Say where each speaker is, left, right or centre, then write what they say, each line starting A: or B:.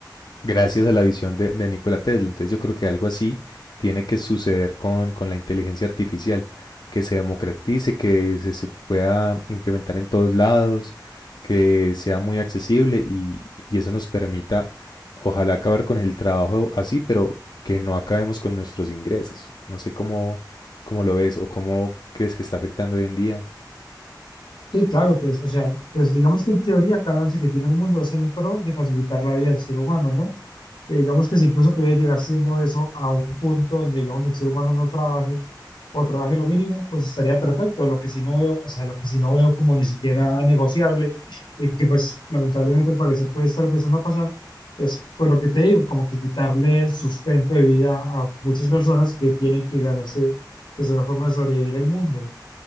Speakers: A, on the left (about 65°); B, on the left (about 85°).
A: Gracias a la visión de, de Nikola Tesla. Entonces yo creo que algo así tiene que suceder con, con la inteligencia artificial, que se democratice, que se, se pueda implementar en todos lados, que sea muy accesible y, y eso nos permita, ojalá acabar con el trabajo así, pero que no acabemos con nuestros ingresos. No sé cómo, cómo lo ves o cómo crees que está afectando hoy en día.
B: Sí, claro, pues, o sea, pues digamos que en teoría cada avance que tiene el mundo es en pro de facilitar la vida del ser humano, ¿no? que digamos que si incluso pudiera llegar siendo eso a un punto donde digamos el ser humano no trabaje o trabaje lo mínimo, pues estaría perfecto. Lo que sí no veo, o sea, lo que sí no veo como ni siquiera negociable y que pues lamentablemente al parecer puede estar empezando a pasar, es pues lo que te digo, como que quitarle el sustento de vida a muchas personas que tienen que ganarse pues una forma de sobrevivir el mundo.